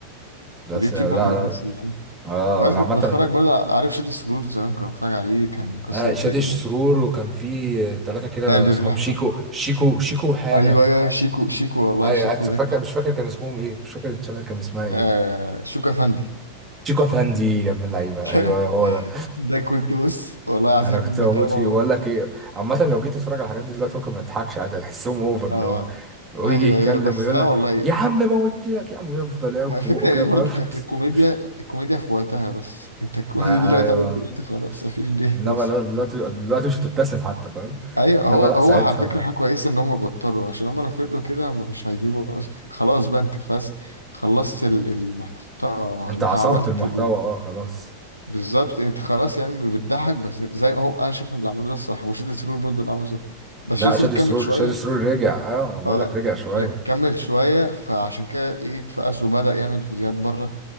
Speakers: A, on the right; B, on the left.
A: بس
B: واليوتيوب
A: لا
B: برضه بيكسب
A: لا
B: يعني
A: اه
B: عايز كنت
A: عامة
B: بتفرج
A: أنا-
B: برضه عارف شادي السجود زمان كنت بتفرج عليه كان مكسر
A: آه
B: الدنيا
A: شادي سرور وكان في ثلاثة كده
B: نادر
A: صحاب
B: احمد
A: شيكو شيكو شيكو حاجة
B: ايوه ايوه أيوه. شيكو شيكو والله
A: اي
B: شيكو
A: أنا فاكر
B: ده كان-
A: مش فاكر كان اسمهم ايه مش فاكر الشانل كان اسمها ايه
B: آه شيكو افندي
A: شيكو افندي يا ابن اللعيبة
B: <laughs>
A: ايوه هو ده
B: ده كنت بص والله العظيم
A: انا كنت
B: متابعه
A: موجود فيه بقول لك ايه عامة لو جيت تتفرج على الحاجات دي دلوقتي ممكن ما تضحكش عادي هتحسهم اوفر اللي
B: آه
A: هو ويجي
B: ايوه
A: يتكلم
B: ايوه بس
A: ويقول
B: لا
A: لك
B: والله يعني.
A: يا عم ما قلت لك يا عم ويفضل يعوج
B: ما الفكره
A: في بقه كده
B: يعني
A: فاهم
B: برضه كانت الكوميديا
A: <laughs>
B: الكوميديا في وقتها بس انت الكوميديا
A: ما
B: دلوقتي
A: ايوه
B: عملت دلوقتي خلاص مفيش ضحك
A: انما
B: بس
A: لا- دلوقتي دلوقتي مش هتبتسم حتى فاهم
B: ايوه
A: انما
B: هو
A: لا
B: هو
A: ساعتها
B: على فكره حاجه كويسه ان هم بطلوا عشان هم لو فضلوا كده هم مش هيجيبوا أص- خلاص بقى انت خلاص خلصت ال- المحتوى
A: انت
B: انت
A: عصرت
B: عملت
A: المحتوى
B: ال...
A: اه خلاص
B: بالظبط انت خلاص يعني بتضحك بس زي هو انا شايف ان اللي عملوه ده الصح وشادي سرور برضه اللي عمله ده بس
A: لا
B: شادي
A: شادي
B: سرور كمل
A: سرور
B: شويه
A: شادي سرور رجع اه ما بقول
B: اه
A: لك رجع شويه
B: لا، كمل شويه فعشان كده ايه اتفقس وبدا يعمل فيديوهات بره